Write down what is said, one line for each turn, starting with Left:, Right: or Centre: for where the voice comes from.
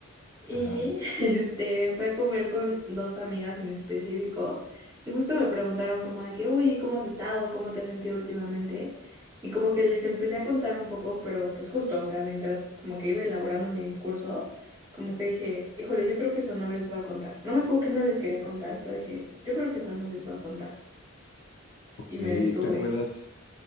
Right: Y
Left: Ajá.
Right: <laughs> este, fui a comer con dos amigas en específico y justo me preguntaron como de que, oye, ¿cómo has estado? ¿Cómo te has sentido últimamente? Y como que les empecé a contar un poco, pero pues justo, o sea, mientras como que iba elaborando mi discurso, como que dije, híjole, yo creo que eso no les voy a contar. No me acuerdo que no les quería contar, pero dije, yo creo que eso no les voy a contar.
Left: Ok,
Right: Y me detuve.
Left: ¿Te acuerdas?